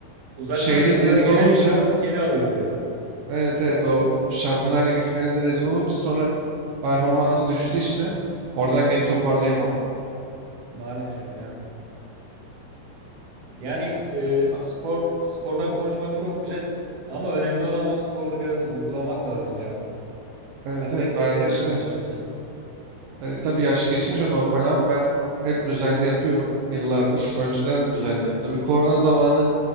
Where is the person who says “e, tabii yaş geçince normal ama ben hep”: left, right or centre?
Right